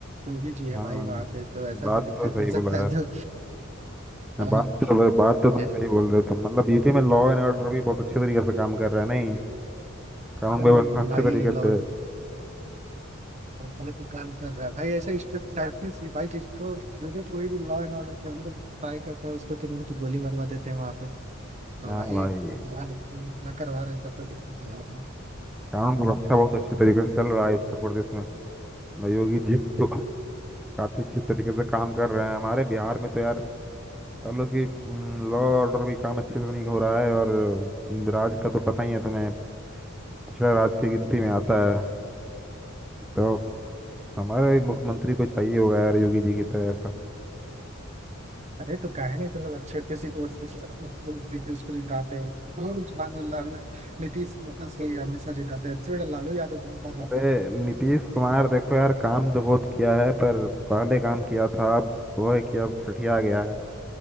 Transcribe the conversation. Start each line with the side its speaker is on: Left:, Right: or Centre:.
Right: योगी जी है
Centre: हाँ
Right: भाई वहाँ पे तो ऐसा
Centre: बात
Right: तो दिक्कत
Centre: तो सही
Right: हो सकता
Centre: बोला
Right: है
Centre: यार
Right: तो
Centre: हाँ,
Right: हाँ,
Centre: बात तो बात
Right: वो
Centre: तो तुम
Right: है।
Centre: सही बोल रहे हो तुम मतलब यूपी में लॉ एंड ऑर्डर भी बहुत अच्छे तरीके से काम कर रहा है नहीं कानून
Right: पर
Centre: व्यवस्था अच्छे
Right: भाई
Centre: तरीके
Right: लॉ
Centre: से
Right: और गलत काम कर रहा है भाई ऐसा स्ट्रिक्ट टाइटनेस भी भाई जिसको जो भी कोई भी law and order problem try करता है उसको तुरंत गोली मरवा देते हैं वहां पे तो
Centre: हाँ
Right: भाई
Centre: भाई
Right: इतना इतना करवा रहे हैं, तब तो दिक्कत है यार।
Centre: कानून व्यवस्था बहुत अच्छे तरीके से चल रहा है उत्तर प्रदेश में मतलब योगी जी तो काफी अच्छे तरीके से काम कर रहे हैं हमारे बिहार में तो यार और लोग की लॉ ऑर्डर भी काम अच्छे से नहीं हो रहा है और अम, राज का तो पता ही है तुम्हें पिछड़ा राज की गिनती में आता है तो हमारे मुख्यमंत्री को चाहिए होगा यार योगी जी की तरह ऐसा
Right: अरे तो काहे नहीं तुम लोग अच्छे किसी कोर्स को देखिए उसको जिताते हो क्यों जुबान में लाल नीतीश नीतीश ही हमेशा जिताते हैं इससे बड़ा लालू यादव को जिता
Centre: अरे
Right: देते
Centre: नीतीश कुमार देखो यार काम तो बहुत किया है पर पहले काम किया था अब वो है कि अब सठिया गया है